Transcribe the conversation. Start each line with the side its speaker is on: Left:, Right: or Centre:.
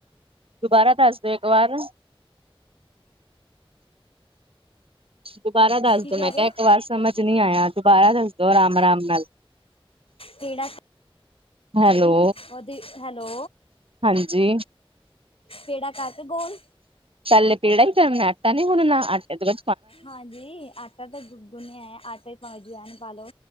Right: ਦੁਬਾਰਾ ਦੱਸ ਦੇਆ ਏਕ ਵਾਰ ਨਾ ਦੁਬਾਰਾ ਦੱਸ
Left: ਕੀ
Right: ਦੋ
Left: ਕਹਿ
Right: ਮੈਂ ਕੈਆ
Left: ਰਹੇ ਹੋ
Right: ਏਕ ਵਾਰ ਸਮਝ ਚ ਨੀ ਆਯਾ ਦੁਬਾਰਾ ਦੱਸ ਦੋ ਆਰਾਮ-ਰਾਮ ਨਾਲ
Left: ਪੇੜਾ
Right: ਹੈਲੋ
Left: ਓਦੀ ਹੈਲੋ
Right: ਹਾਂਜੀ।
Left: ਪੇਹੜਾ ਕਰਕੇ ਗੋਲ--‌
Right: ਪੈਲੇ ਪੇੜਾ ਈ ਕਰਨਾ ਐ ਆਟਾ ਨੀ ਗੁਨਣਾ ਆਟਾ ਦੇ ਵਿ
Left: ਹਾਂਜੀ ਆਟਾ ਤਾਂ ਗੁ ਗੁਣਿਆ ਐ ਆਟਾ ਚ ਬਾਵੇ ਜਵੈਨ ਪਾ ਲਓ